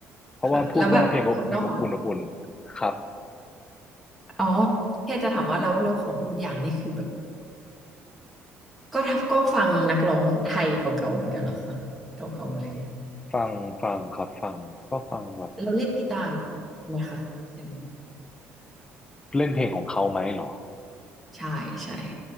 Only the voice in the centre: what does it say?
ค่ะแล้วแบบแล้วของ
อ๋อแค่จะถามว่าแล้วแล้วของคุณอย่างนี่คือแบบ ก็ทับก็ฟังนักร้องไทยเก่าๆเหมือนกันเหรอคะเก่าๆเลย
เราเล่นกีตาร์ไหมคะเป็น
ใช่ใช่